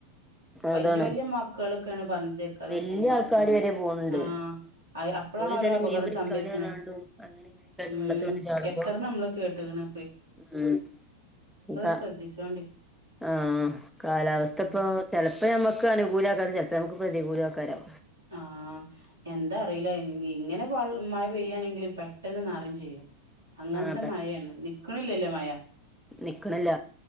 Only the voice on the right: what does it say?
വലിയ
വലിയ മക്കളൊക്കെയാണ് പറഞ്ഞത് കേക്കാതെ
പോവുമ്പഴേ
ആഹ് അയ് അപ്പഴാണ്
ഓരോ
അപകടം
സംഭവിച്ചിണ്,
ഉം
എത്ര നമ്മള് കേട്ടിക്കിണ്
ശ്രദ്ധിച്ചോണ്ടി
ഉം
ആഹ് എന്താ അറിയില ഇ ഇങ്ങനെ <unintelligible> മഴ പെയ്യാണെങ്കില് പെട്ടെന്ന് നറയും ചെയ്യും അങ്ങൻത്തെ
മയാണ് നിക്ക്ണില്ലല്ലോ മയ